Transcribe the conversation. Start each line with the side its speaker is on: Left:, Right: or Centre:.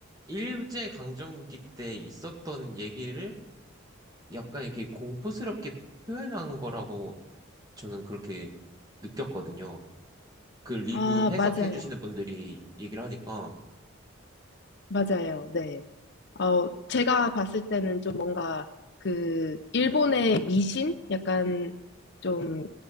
Right: 일제 강점기 때 있었던 얘기를 약간 이렇게 공포스럽게 표현한 거라고 저는 그렇게 느꼈거든요. 그 리뷰
Left: 아,
Right: 해석해
Left: 맞아요.
Right: 주시는 분들이 얘기를 하니까
Left: 맞아요. 네. 어, 제가 봤을 때는 좀 뭔가 그 일본의 미신? 약간 좀